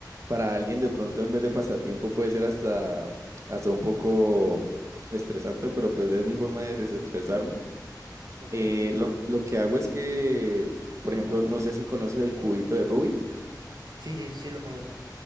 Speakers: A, on the right (about 40°); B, on the right (about 65°).
A: para alguien de pronto en vez de pasatiempo puede ser hasta, hasta un poco estresante, pero pues es mi forma de desestresarme.
B: Ok.
A: Eh, lo, lo que hago es que, por ejemplo, no sé si conoces el cubito de Rubik.
B: Sí, sí, sí lo conozco.